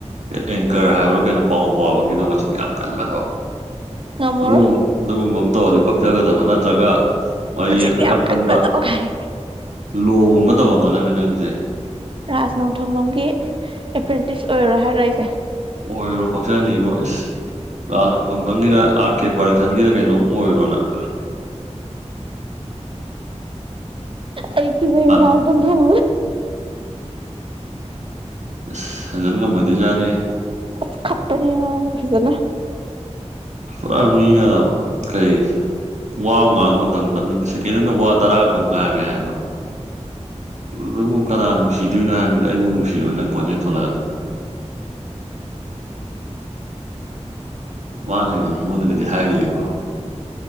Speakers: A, on the right; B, on the right.
A: ꯑꯦꯡꯀꯔ ꯍꯥꯏꯕ꯭ꯔꯣ ꯀꯩꯅꯣ ꯄꯥꯎ ꯄꯥꯕꯒꯤꯗꯣ ꯃꯆꯤꯟꯒ ꯌꯥꯝ ꯀꯟꯕꯗꯣ
B: ꯉꯝꯃꯔꯣꯏ
A: ꯑꯗꯨꯒꯨꯝꯕ ꯑꯗꯨꯒꯨꯝꯕ ꯑꯃ ꯇꯧꯔꯗꯤ ꯄꯛꯆꯒꯗꯕ ꯅꯠꯇ꯭ꯔꯒ ꯃꯔꯩ
B: ꯃꯆꯤꯟ
A: ꯌꯦꯠꯄ ꯌꯥꯝ
B: ꯀꯟꯕꯗꯣ
A: ꯀꯟꯕ
B: ꯀꯥꯏ
A: ꯂꯣ ꯒꯨꯝꯕ ꯇꯝꯃꯝꯒꯗꯝꯅꯤ ꯅꯪꯁꯦ
B: ꯔꯥꯥꯁ ꯅꯣꯡꯊꯣꯡꯕꯝꯒꯤ ꯑꯦꯄ꯭ꯔꯦꯟꯇꯤꯁ ꯑꯣꯏꯔꯣ ꯍꯥꯏꯔꯣ ꯑꯩꯁꯦ
A: ꯑꯣꯏꯔꯣ ꯄꯛꯆꯅꯤꯕꯣ ꯏꯁ ꯔꯥꯁ ꯅꯣꯡꯊꯣꯡꯕꯪꯒꯤꯗ ꯑꯥꯔ ꯀꯦ ꯄ꯭ꯔꯗꯛꯁꯟꯒꯤꯗ ꯀꯩꯅꯣꯝ ꯑꯣꯏꯔꯣꯅꯪ
B: ꯑꯩ ꯀꯤꯖꯩ ꯔꯥꯖ
A: <unintelligible>
B: ꯅꯣꯡꯊꯣꯝꯕꯝ
A: <unintelligible> ꯍꯦꯟꯖꯟ ꯉꯝꯃꯣꯏꯗꯣꯏ ꯖꯥꯅꯤ
B: ꯑꯁ ꯈꯞꯄꯅꯤ ꯃꯥ ꯐꯖꯅ
A: ꯄꯨꯔꯥ ꯃꯤꯅ ꯀꯩ ꯋꯥ ꯉꯥꯡꯕ ꯃꯇꯝꯗ ꯃꯤꯅ ꯁꯦꯀꯦꯟ ꯑꯃꯗ ꯋꯥ ꯇꯔꯥ ꯀꯨꯟ ꯉꯥꯡꯉꯦ ꯍꯥꯏꯕ ꯑꯗꯨꯕꯨ ꯀꯅꯥ ꯅꯨꯡꯁꯤꯗꯣꯏꯅꯣ ꯍꯥꯏꯕ ꯃꯤꯗ ꯑꯩꯕꯨ ꯅꯨꯡꯁꯤꯔꯣꯏ ꯅꯪ ꯈꯣꯟꯖꯦꯜ ꯊꯣꯛꯂꯛꯑꯗꯤ ꯃꯥꯅꯒꯗꯤ ꯃꯤꯉꯣꯟꯗꯒꯗꯤ ꯍꯥꯏꯔꯤꯑꯀꯣ